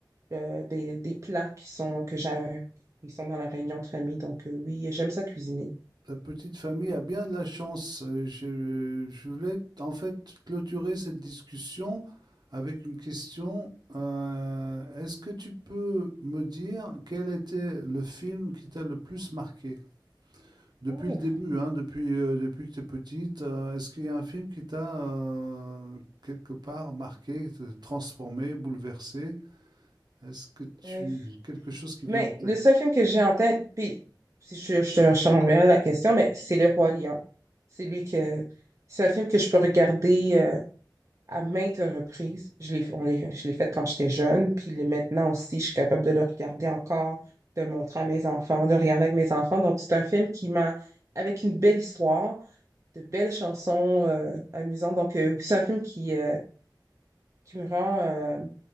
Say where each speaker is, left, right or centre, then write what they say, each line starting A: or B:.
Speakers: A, on the right; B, on the right.
A: de- des, des plats qui sont, que j'ai, qui sont dans la réunion de famille. Donc euh, oui, j'aime ça cuisiner.
B: Ta petite famille a bien de la chance. Euh, Je, euh, je voulais en fait clôturer cette discussion avec une question. Euh, est-ce que tu peux me dire quel était le film qui t'a le plus marqué? Depuis
A: Ouf,
B: le début, hein, depuis, euh, depuis que tu es petite, euh, est-ce qu'il y a un film qui t'a euh, quelque part marqué, transformé, bouleversé? Est-ce que tu...
A: euh,
B: quelque chose qui vient
A: mais
B: en tête?
A: le seul film que j'ai en tête, puis si je, je, je t'enverrai la question, mais c'est Le Roi Lion. C'est lui que, c'est un film que je peux regarder. euh, à maintes reprises. Je l'ai, on l'ai, je l'ai fait quand j'étais jeune, puis le- maintenant aussi, je suis capable de le regarder encore, de le montrer à mes enfants, de le regarder avec mes enfants. Donc, c'est un film qui m'a, avec une belle histoire, de belles chansons euh, amusantes. Donc, euh, c'est un film qui, euh, qui me rend, euh,